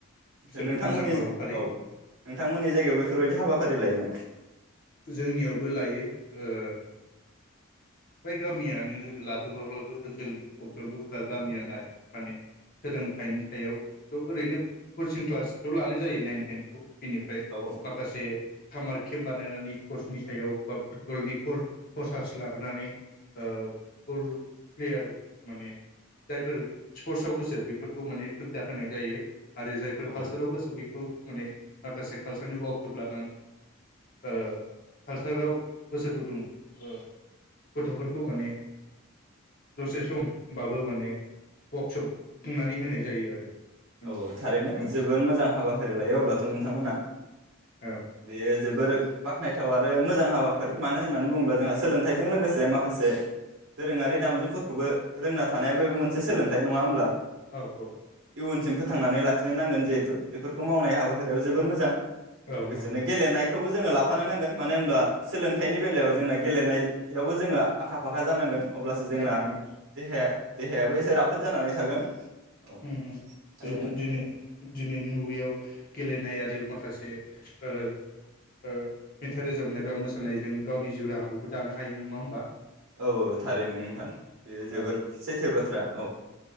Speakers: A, on the right; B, on the left.
A: ओमफ्राय
B: जोबोद
A: नोंथांमोननि
B: मोजां हाबाफारि
A: औ नोंथांमोननि जायगायाव बेफोरबायदि हाबा फारि लायो नामा
B: जोंनियावबो लायो ओ बै गामियानो लाजोबाब्लाबो जों नि भकटापुर बा गामियानो लायो माने सोलोंथाइनि सायावथ ओरैनो कचिं क्लासथ लानाय जायो नाइन टेनखौ बिनिफ्राय
A: औ औ
B: माखासे सामार केम्प बानायनानै स्पर्टसनि सायाव बा फुटबलनि खसास्लाब माबानै ओ फुटबल प्लेयार माने जायफोर स्पर्टसआव गोसो बेफोरखौ माने सुबिदा होनाय जायो आरो जायफोर
A: औ
B: कालसारावबो सोलियो उ माने माखासे कालसारनि वाकशप लानानै ओ कालसाराव गोसो गुदुं ओ गथ'फोरखौ माने दसे समबाबो माने वार्कशप खुंनानै होनाय जायो आरो उम
A: औ औ थारैनो
B: उम
A: जोबोर मोजां हाबाफारि लायो अब्लाथ नोंथांमोना
B: औ
A: बेयो जोबोर बाख्नायथाव आरो मोजां हाबाफारि मानो होननानै बुङोब्ला जोंहा सोलोंथाइजों लोगोसे माखासे दोरोङारि दामजुफोरखौबो रोंना थानाया बे मोनसे सोलोंथाइ नङा होमब्ला
B: औ औ
A: जोंबो थांनानै लाखिनोनांगोन जिहेथु बेफोरखौ मावनाय हाबाफारियाबो जोबोद मोजां
B: औ
A: लोगोसेनो
B: औ
A: गेलेनायखौबो जोङो ला फानो नांगोन मानो होनब्ला सोलोंथाइनि बेलायाव जोंना गेलेनायावबो जोङो आखा फाखा जानांगोन अब्लासो जोंना
B: जानांगोन
A: देहाया देहायाबो एसे राफ फोद जानानै थागोन औ
B: ओहो
A: थारैनो
B: बेथ दिनै दिनैनि मुगायाव गेलेनाय आरो बे माखासे ओ ओ मेथाइ रोजाबनाय बा मोसानायजों गावनि जिउ राहाखौबो दानो हायो नङा होमबा
A: औ औ थारैनो नोंथां बेयो
B: औ
A: जोबोर सैथो बाथ्रा औ